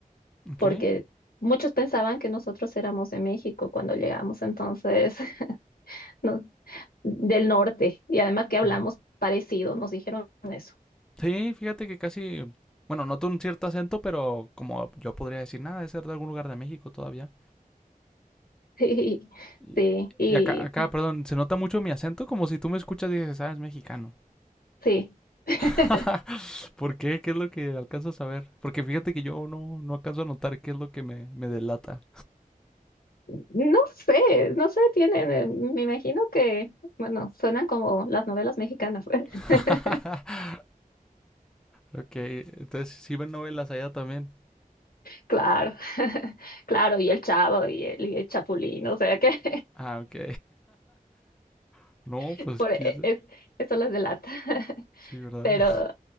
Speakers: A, in the centre; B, on the left (about 90°).
A: Ok.
B: porque muchos pensaban que nosotros éramos de México cuando llegamos, entonces, <laughs> no, del norte, y además que hablamos
A: Ajá.
B: parecido, nos dijeron eso.
A: Sí, fíjate que casi, bueno, noto un cierto acento, pero como yo podría decir, nada, de ser de algún lugar de México todavía.
B: <laughs> Sí,
A: Y
B: sí, y
A: y acá, acá, perdón, se nota mucho mi acento, como si tú me escuchas y dices, ah, es mexicano.
B: sí. <laughs>
A: <laughs> ¿Por qué? ¿Qué es lo que alcanzas a ver? Porque fíjate que yo no, no alcanzo a notar qué es lo que me, me delata.
B: No sé, no sé, tienen, eh, me imagino que, bueno, suenan como las novelas mexicanas. <laughs>
A: <laughs> Ok, entonces sí ven novelas allá también.
B: Claro, <laughs> claro, y el Chavo y el, y el Chapulín, o sea que
A: Ah, ok. <laughs> No,
B: <laughs>
A: pues
B: por,
A: quién
B: e- es,
A: sa-
B: eso les delata. <laughs>
A: Sí, ¿verdad?
B: Pero